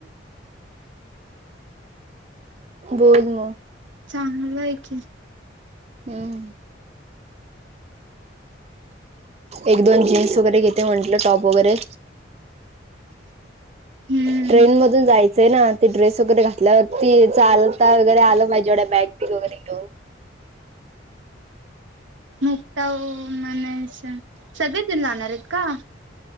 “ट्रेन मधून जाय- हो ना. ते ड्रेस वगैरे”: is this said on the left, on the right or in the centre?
Right